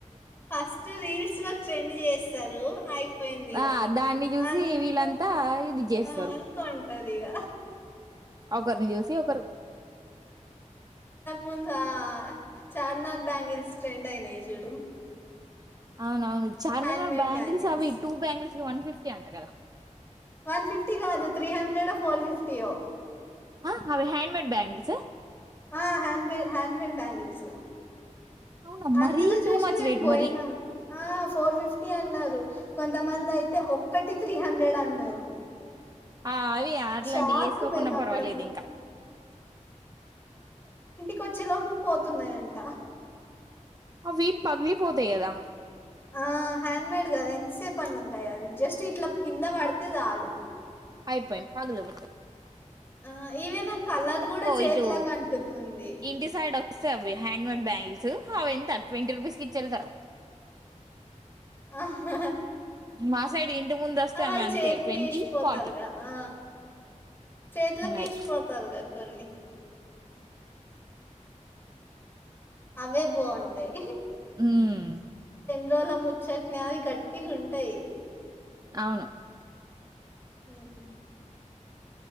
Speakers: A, on the left; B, on the right.
A: ఫస్ట్ రీల్స్ లో ట్రెండ్ చేస్త సారు ఆయి పోయిందిగ
B: ఆ దాన్ని చూసి
A: అంత
B: వీళ్ళంతా ఇది చేస్తారు
A: అకంటదిగ
B: ఒకరిని చూసి ఒకరు
A: ముందా చార్నా బ్యాంగిల్స్ ట్రెండ్ అయినయి చూడు
B: అవునవును చార్మిన
A: హ్యాండ్ మేడ్
B: బంగిల్స్
A: బ్యాంగిల్స్
B: ఆవి టూ బ్యాంగిల్స్ వన్ ఫిఫ్టీ అంట కదా
A: వన్ ఫిఫ్టీ కాదు త్రీ హండ్రెడ్ ఫోర్ ఫిఫ్టీ యో
B: అ హ్యాండ్ మేడ్ బ్యాంగల్ స్
A: ఆ హ్యాండ్ బే హ్యాండ్ మేడ్ బ్యాంగిల్స్
B: అవునా
A: అందులో
B: మరీ
A: చూసి
B: టూ మచ్
A: మేం
B: రేట్
A: పోయినాం
B: మరి
A: ఆ ఫోర్ ఫిఫ్టీ అన్నారు కొంతమంది అయితే ఒక్కటి త్రీ హండ్రెడ్ అన్నారు
B: ఆ అవి అట్లాంటివి
A: షాక్
B: వేసుకోకుండా
A: మేము అక్కడ
B: పర్వాలేదు ఇంకా
A: కొచ్చిలోపు పోతున్నాయంట
B: అవి పగిలిపోతేయి కదా
A: ఆ హ్యాండ్ మేడ్ కదా ఎసే పని ఉంటాయి అది జస్ట్ ఇట్లా కింద పడితే చాలు
B: అయిపోయి పగల వదు
A: ఆ ఏవైనా కలర్ కూడా చేతులకు
B: ఇటు
A: అంటుతుంది
B: ఇంటి సైడ్ వస్తాయి అవి హ్యాండ్ మేడ్ బ్యాంగల్స్ హ ఎంత ట్వంటీ రూపీస్కి చేల్తారు
A: ఆహ్ హ
B: మా సైడ్ ఇంటి ముందు వస్తే
A: ఆ వాళ్లు
B: ఆమె అంతే
A: చేతికి
B: ట్వంటీ
A: వేస్ పోతారుగా
B: ఫార్టీ
A: ఆ చేతులకి
B: అయి
A: వేసిపోతారుగా కొన్ని అవే బాగుంటాయి
B: హమ్
A: డోలో ముచ్చట్ని అవి గట్టిగా ఉంటాయి
B: అవును
A: హమ్